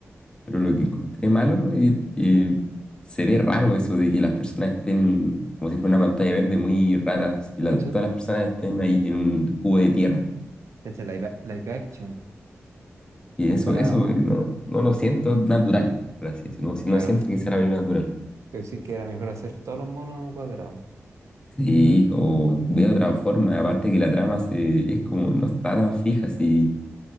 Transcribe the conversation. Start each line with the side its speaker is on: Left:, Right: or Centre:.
Left: Pero lo que encontré malo es que se ve raro eso de que las personas estén como si fuera una pantalla verde muy rara, y
Right: Y
Left: todas
Right: cacho-
Left: las personas estén ahí en un cubo de tierra.
Right: cacho, live, live action.
Left: Y
Right: Comparado.
Left: eso, eso eh, no, no lo siento natural, por así decirlo. No,
Right: Claro.
Left: no siento que sea la película natural.
Right: Pero sí que era mejor hacer todos los monos cuadrados.
Left: Sí, o veo otra forma, aparte que la trama se, es como no está tan fija, si